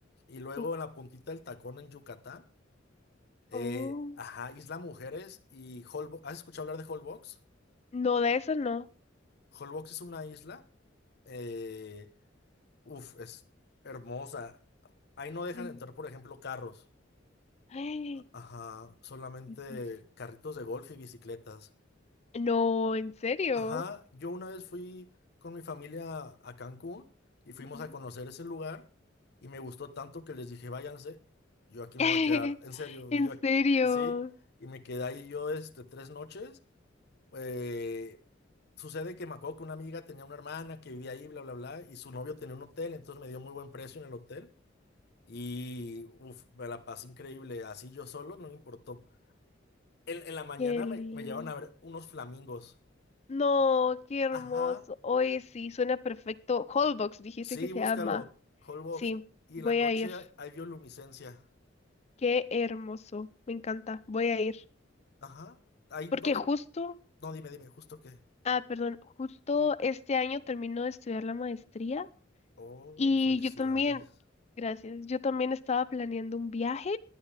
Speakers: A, on the left (about 60°); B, on the left (about 35°).
A: Y luego
B: Oh,
A: en la puntita del tacón en Yucatán, eh,
B: oh.
A: ajá, Isla Mujeres y Holbox. ¿Has escuchado hablar de Holbox?
B: No, de eso no.
A: Holbox es una isla. Eh, uf, es hermosa. Ahí no dejan
B: De-
A: entrar, por ejemplo, carros.
B: Ay,
A: A- Ajá, solamente
B: pues,
A: carritos de golf y bicicletas.
B: No, en serio.
A: Ajá, yo una vez fui con mi familia a Cancún y fuimos
B: ujú.
A: a conocer ese lugar y me gustó tanto que les dije, váyanse, yo aquí
B: <laughs>
A: me voy a quedar, en serio,
B: En
A: yo ac-
B: serio,
A: sí, y me quedé ahí yo este, tres noches. Eh, Sucede que me acuerdo que una amiga tenía una hermana que vivía ahí, bla, bla, bla, y su novio tenía un hotel, entonces me dio muy buen precio en el hotel. Y uf, me la pasé increíble. Así yo solo, no me importó. En, en la mañana
B: Kelly.
A: me, me llevaron a ver unos flamingos.
B: No, qué hermoso.
A: Ajá.
B: Oye, sí, suena perfecto. Holbox, dijiste
A: Sí,
B: que se
A: búscalo.
B: llama.
A: Holbox.
B: Sí,
A: Y
B: voy
A: en la noche
B: a ir.
A: hay hay bioluminiscencia.
B: Qué hermoso. Me encanta. Voy a ir.
A: Ajá. Ahí
B: Porque
A: donde.
B: justo,
A: No, dime, dime, justo qué.
B: ah, perdón, justo este año termino de estudiar la maestría
A: Oh,
B: y
A: felicidades.
B: yo también, gracias, yo también estaba planeando un viaje.